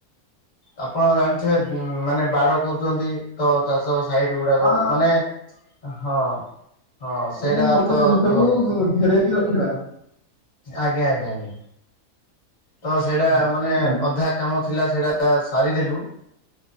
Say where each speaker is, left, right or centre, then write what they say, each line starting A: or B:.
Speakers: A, on the left; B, on the left.
A: ଆପଣ ଜାଣିଥିବେ ମାନେ ବାଡ କରୁଛନ୍ତି। ତ ଚାଷ ସାଇଡ ଗୁଡାକ
B: ହଁ
A: ମାନେ ହଁ ହଁ ସେଇଟା
B: ମାନେ ଗୋଟେ
A: ତ
B: ଜିନିଷକୁ ଘେରଇକି ରଖିବା।
A: ଆଜ୍ଞା ଆଜ୍ଞା ଆଜ୍ଞା। ତ ସେଇଟା
B: ହଁ
A: ମାନେ
B: କୁହନ୍ତୁ
A: ଅଧା କାମ ଥିଲା ସେଇଟା ସାରିଦେଲୁ।